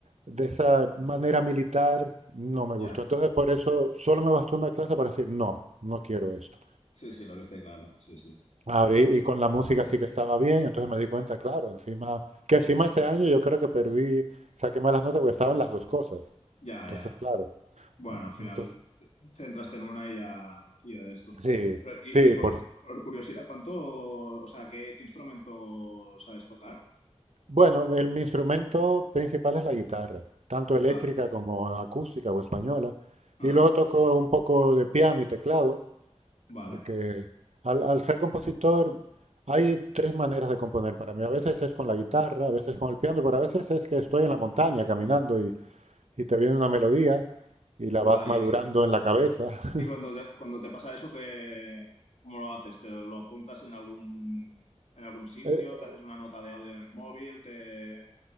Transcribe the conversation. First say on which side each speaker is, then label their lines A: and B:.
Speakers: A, on the right (about 80°); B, on the left (about 80°).
A: de esa manera militar no me
B: Ya.
A: gustó. Entonces, por eso solo me bastó una clase para decir, no, no quiero esto.
B: Sí, sí, lo viste claro. Sí, sí.
A: Ahora, y, y con la música sí que estaba bien, entonces me di cuenta, claro, encima, que encima ese año yo creo que perdí, saqué malas notas porque estaban las dos cosas.
B: Ya,
A: Entonces,
B: ya.
A: claro,
B: Bueno, al final
A: entonces,
B: centraste en una y ya, y ya de esto.
A: sí,
B: Pero, y,
A: sí,
B: y por,
A: por,
B: por curiosidad, ¿cuánto, o sea, qué, qué instrumento sabes tocar?
A: bueno, el, mi instrumento principal es la guitarra, tanto eléctrica
B: Vale.
A: como acústica o española,
B: Ajá.
A: y luego toco un poco de piano y teclado,
B: Vale.
A: Porque al, al ser compositor hay tres maneras de componer para mí. A veces es con la guitarra, a veces con el piano, pero a veces es que estoy en la montaña caminando y, y te viene una melodía y la
B: Guay.
A: vas madurando en la cabeza. <laughs>
B: Y cuando te, cuando te pasa eso, ¿qué, cómo lo haces? ¿Te lo apuntas en algún, en algún sitio?
A: Eh,
B: ¿Te haces una nota de audio en el móvil? ¿Te...